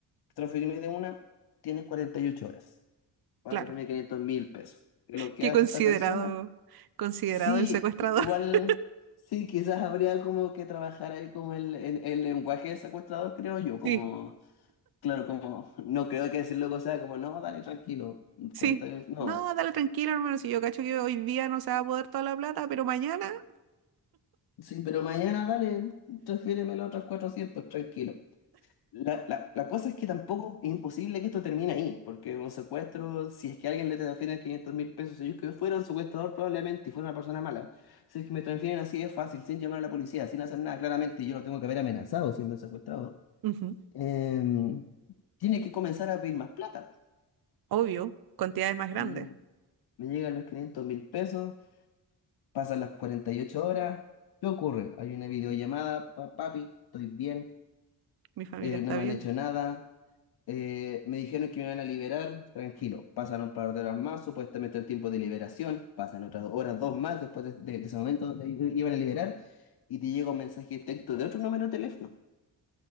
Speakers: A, on the left (about 70°); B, on the right (about 65°).
A: transferirme de una, tienes 48 horas. 4.500
B: claro.
A: mil pesos. Y Lo que
B: Qué
A: hace
B: considerado,
A: esta persona,
B: considerado
A: sí,
B: el secuestrador.
A: igual,
B: <laughs>
A: sí, quizás habría como que trabajar ahí como el, el, el lenguaje del secuestrador, creo yo, como,
B: Sí,
A: claro, como, no creo que decirlo o sea como, no, dale, tranquilo,
B: sí.
A: 40 mil, no.
B: No, dale tranquilo, hermano. Si yo cacho que hoy día no se va a poder toda la plata, pero mañana.
A: Sí, pero mañana dale, transfiéremelo otros 400 tranquilo. La, la- la cosa es que tampoco es imposible que esto termine ahí, porque un secuestro, si es que alguien le transfieren quinientos mil pesos, ellos que fueron secuestrador probablemente y fuera una persona mala, si es que me transfieren así es fácil, sin llamar a la policía, sin hacer nada, claramente yo lo tengo que haber amenazado siendo secuestrado,
B: Ujú.
A: em, tiene que comenzar a pedir más plata.
B: Obvio, cantidades más grandes.
A: Me llegan, me llegan los quinientos mil pesos, pasan las 48 horas, ¿qué ocurre? Hay una videollamada, "Pa- papi, estoy bien,
B: Mi familia
A: eh,
B: está
A: no me
B: bien.
A: han hecho nada. Eh, me dijeron que me van a liberar, tranquilo. Pasan un par de horas más, supuestamente el tiempo de liberación. Pasan otras horas, dos más después de, de- de ese momento donde i- iban a liberar. Y te llega un mensaje de texto de otro número de teléfono.